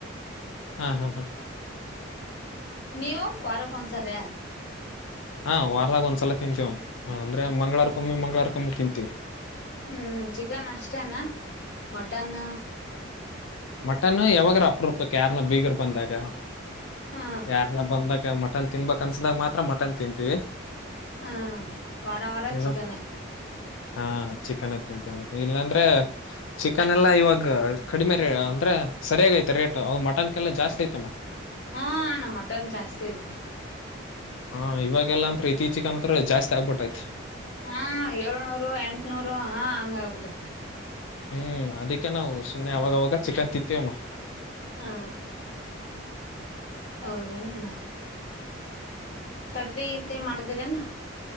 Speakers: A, on the left; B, on the left.
A: ಹಾ ಹಾ ಹಾ
B: ನೀವು ವಾರಕ್ಕನ್ಸರ್
A: ಹಾ ವಾರದಾಗ ಒಂದ್ಸಲ ತಿಂತೀವ ಅಂದ್ರೆ ಮಂಗ್ವಾರಕಮ್ಮಿ ಮಂಗ್ವಾರಕಮ್ಮಿ ತಿಂತೀವಿ
B: ಹ್ಮ್ ಚಿಕನ್ ಅಷ್ಟೇನಾ ಮಟನ್
A: ಮಟನ್ ಯಾವಾಗ್ರ ಅಪೂಪಕ್ ಯಾರನ್ನ ಬೀಗರ್ ಬಂದಾಗ
B: ಹಾ
A: ಯಾರನ್ನ ಬಂದಾಗ ಮಟನ್ ಮಟನ್ ತಿನ್ಬೇಕಕ್ ಅನ್ಸ್ದಾಗ ಮಾತ್ರ ಮಟನ್ ತಿಂತೀವಿ
B: ಆ ವರ ವರ
A: ಇವಾಗ
B: ಚಿಕನೆ
A: ಹಾ ಚಿಕನ್ ಅತ್ತಂತ ಇಲ್ಲಾಂದ್ರೆ ಚಿಕನ್ ಎಲ್ಲಾ ಇವಾಗ ಕಡಿಮೆ ಅಂದ್ರೆ ಸರಿಯಾಗಿ ಐತೆ ರೇಟ್ ಅದು ಮಟನ್ಗೆಲ್ಲ ಜಾಸ್ತಿ ಐತಮ್ಮ
B: ಹಾ ನ ಮಟನ್ ಜಾಸ್ತಿ ಐತಿ
A: ಹಾ ಇವಾಗೆಲ್ಲಾ ಅಂತ್ರ ಇತ್ತೀಚಿಕ ಅಂತ್ರೆ ಜಾಸ್ತಿ ಆಗ್ಬಿಟ್ಟೈತ್ತಿ
B: ಹಾ ಏಳ್ನೂರು ಎಂಟನೂರು ಹ ಹಂಗ ಆಗ್ಬಿಟ್ಟತ್ತ
A: ಹ್ಮ್ ಅದಕ್ಕೆ ನಾವು ಸುಮ್ನೆ ಅವಾಗವಾಗ ಚಿಕನ್ ಇಂತಿವಮ್ಮ
B: ಹಾ ಹೌದೇನಣ್ಣ ತತ್ತಿ ದಿತ್ತಿ ಮಾಡ್ದರನ